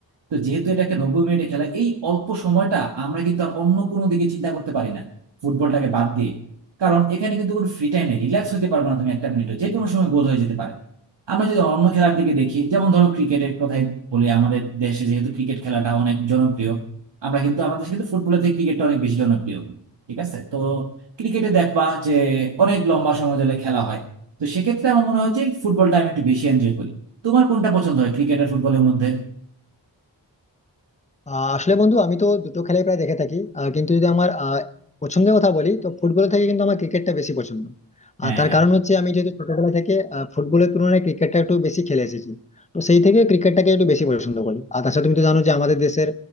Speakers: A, on the right; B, on the left.
A: তো যেহেতু এটাকে নব্বই মিনিটের খেলা এই অল্প সময়টা আমরা কিন্তু আর অন্য কোনো দিকে চিন্তা করতে পারি না ফুটবলটাকে বাদ দিয়ে কারণ এখানে কিন্তু কোনো ফ্রি টাইম নেই রিল্যাক্স হতে পারবে না তুমি একটা মিনিটও যে কোনো সময় গোল হয়ে যেতে পারে আমরা যদি অন্য খেলার দিকে দেখি যেমন ধরো ক্রিকেটের কথাই বলি আমাদের দেশে যেহেতু ক্রিকেট খেলাটা অনেক জনপ্রিয় আমরা কিন্তু আমাদের দেশে কিন্তু ফুটবলের থেকে ক্রিকেটটা অনেক বেশি জনপ্রিয় ঠিক আছে তো ক্রিকেটে দেখবা যে অনেক লম্বা সময় ধরে খেলা হয় তো সেক্ষেত্রে আমার মনে হয় যে ফুটবলটা আমি একটু বেশি এনজয় করি তোমার কোনটা পছন্দ হয় ক্রিকেট আর ফুটবলের মধ্যে
B: আহ, আসলে বন্ধু আমি তো দুটো খেলাই প্রায় দেখে থাকি আহ, কিন্তু যদি আমার আহ, পছন্দের কথা বলি তো ফুটবল থেকে কিন্তু আমার ক্রিকেটটা বেশি পছন্দ
A: হ্যাঁ
B: আর তার
A: হ্যাঁ
B: কারণ হচ্ছে আমি যেহেতু ছোটবেলা থেকে আহ, ফুটবলের তুলনায় ক্রিকেটটা একটু বেশি খেলে এসেছি তো সেই থেকে ক্রিকেটটাকে একটু বেশি পছন্দ করি আর তাছাড়া তুমি তো জানো যে আমাদের দেশের